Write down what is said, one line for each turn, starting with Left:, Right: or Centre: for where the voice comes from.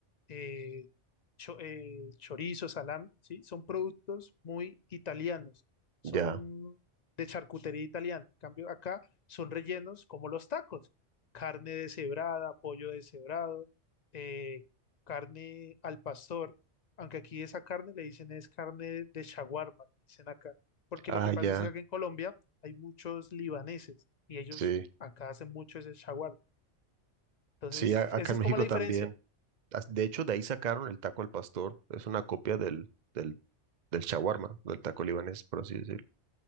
Left: eh, cho- eh, chorizo, salami, ¿sí? Son productos muy italianos, son
Right: Ya,
Left: de charcutería italiana. En cambio, acá son rellenos como los tacos, carne deshebrada, pollo deshebrado, eh, carne al pastor, aunque aquí esa carne le dicen es carne de shawarma, le dicen acá, porque
Right: ah,
Left: lo que pasa
Right: ya,
Left: es que acá en Colombia hay muchos libaneses y ellos
Right: sí.
Left: acá hacen mucho ese shawarma. Entonces,
Right: Sí, a- acá
Left: esa
Right: en
Left: es como
Right: México
Left: la
Right: también.
Left: diferencia.
Right: As- De hecho, de ahí sacaron el taco al pastor. Es una copia del, del, del shawarma, del taco libanés, por así decirlo.